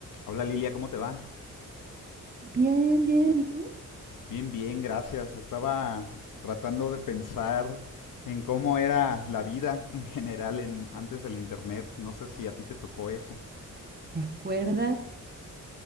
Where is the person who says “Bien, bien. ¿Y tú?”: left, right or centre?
Right